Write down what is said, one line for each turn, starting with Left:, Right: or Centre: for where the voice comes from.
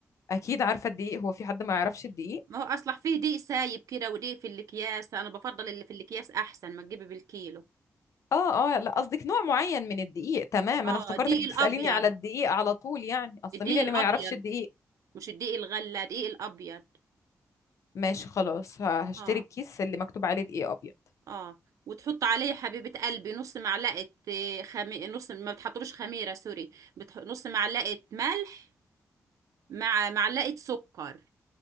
Left: اكيد عارفة الدقيق هو في حد ما يعرفش الدقيق
Right: ما هو اصلح فيه دقيق سايب كده ودقيق في الاكياس انا بفضل اللي في الاكياس احسن ما تجيبي بالكيلو
Left: اه اه لا قصدك نوع معين من الدقيق تمام
Right: اه
Left: انا افتكرتك
Right: دقيق
Left: بتسأليني
Right: الابيض
Left: على الدقيق على طول يعني اصل
Right: الدقيق
Left: مين اللي
Right: الابيض
Left: ما يعرفش الدقيق
Right: مش الدقيق الغله دقيق الابيض
Left: ماشي خلاص ه- هشتري
Right: اه
Left: الكيس اللي مكتوب عليه دقيق ابيض
Right: اه وتحط عليه حبيبه قلبي نص معلقه آه، خمي... نص ما بتحطلوش خميره سوري بتح... نص معلقه ملح مع معلقه سكر